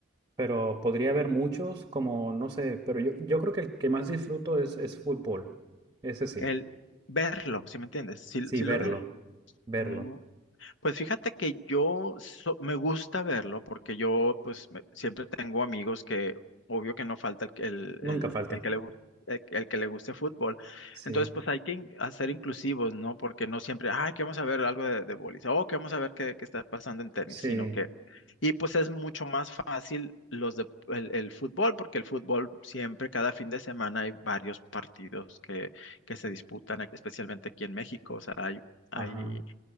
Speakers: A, on the right (about 20°); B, on the left (about 70°).
A: pero podría haber muchos, como, no sé, pero yo, yo creo que el que más disfruto es, es fútbol, ese sí,
B: El verlo, ¿sí me entiendes? Sí,
A: sí,
B: sí
A: verlo,
B: lo ver.
A: verlo,
B: Mm, pues fíjate que yo so- me gusta verlo porque yo pues me- siempre tengo amigos que obvio que no falta el, que- el,
A: nunca
B: el-
A: falta,
B: el que le guste. El, el que le guste fútbol.
A: sí,
B: Entonces, pues hay que in- hacer inclusivos, ¿no? Porque no siempre, ay, que vamos a ver algo de, de bolis, o que vamos a ver qué, qué está pasando en tenis,
A: sí,
B: sino que, y pues es mucho más fácil los de, el, el fútbol, porque el fútbol siempre, cada fin de semana hay varios partidos que, que se disputan, especialmente aquí en México, o sea, hay, hay
A: ajá,